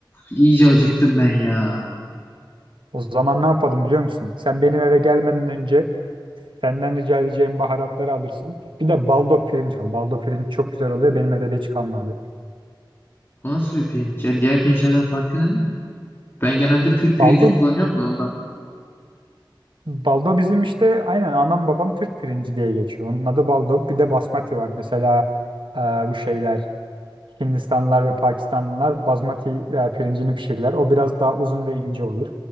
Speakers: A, on the left; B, on the right.
A: iyice acıktım ben ya.
B: O zaman ne yapalım biliyor musun? Sen benim eve gelmeden önce senden rica edeceğim baharatları alırsın. Bir de baldo pirinç al. Baldo pirinç çok güzel oluyor. Benim evde de hiç kalmadı.
A: Bu nasıl bir pirinç ya? Diğer pirinçlerden farkı ne? Ben genelde Türk pirinci
B: Baldo
A: kullanıyorum da ondan.
B: Baldo bizim işte aynen anam babam Türk pirinci diye geçiyor. Onun adı baldo. Bir de basmati var. Mesela e, bu şeyler Hindistanlılar ve Pakistanlılar basmati e, pirincini pişirirler. O biraz daha uzun ve ince olur.